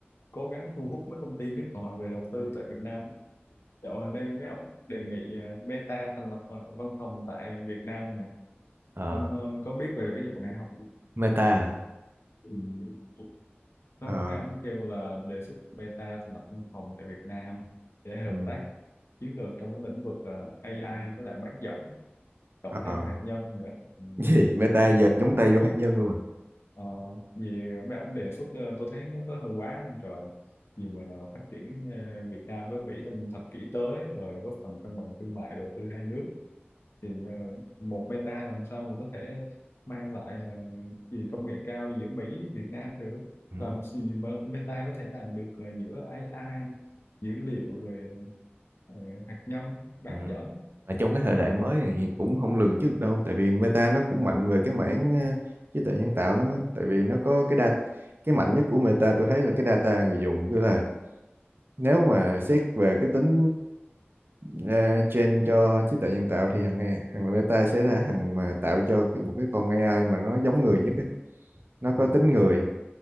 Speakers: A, on the left; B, on the right.
A: cố gắng thu hút mấy công ty nước ngoài về đầu tư tại Việt Nam dạo gần đây mấy ông đề nghị ờ, Meta thành lập ờ, văn phòng tại Việt Nam này
B: Ờ,
A: ông ờ, có biết về cái vụ này không?
B: Meta hả?
A: Ừ.
B: Ờ,
A: Nó mấy ông kêu là đề xuất Meta thành lập văn phòng tại Việt Nam để hợp
B: ừ.
A: tác chiến lược trong cái lĩnh vực ờ, AI với lại bán dẫn cộng
B: Ờ.
A: thêm hạt nhân nữa ừ.
B: gì meta
A: để phát
B: giờ nhúng tay vô hạt nhân luôn à
A: ờ, vì mấy ông đề xuất ờ, tôi thấy nó có hơi quá không trời vì mà phát triển ờ, Việt Nam với Mỹ trong thập kỷ tới rồi góp phần cân bằng thương mại đầu tư hai nước thì ờ, một meta làm sao mà có thể mang lại ờ, gì công nghệ cao giữa Mỹ Việt Nam được
B: Ừ.
A: làm gì mà meta có thể làm được ờ, giữa AI dữ liệu rồi ờ, hạt nhân bán
B: Ừ.
A: dẫn
B: mà trong cái
A: ừ.
B: thời đại mới thì cũng không lường trước đâu tại vì meta nó cũng mạnh về cái mảng ờ, trí tuệ nhân tạo lắm á tại vì nó có cái data cái mạnh nhất của meta tôi thấy là cái data người dùng tức là nếu mà xét về cái tính uh, train cho trí tuệ nhân tạo thì thằng A- thằng Meta sẽ là thằng mà tạo cho cái, một cái con AI mà nó giống người nhất á. Nó có
A: Ừ.
B: tính người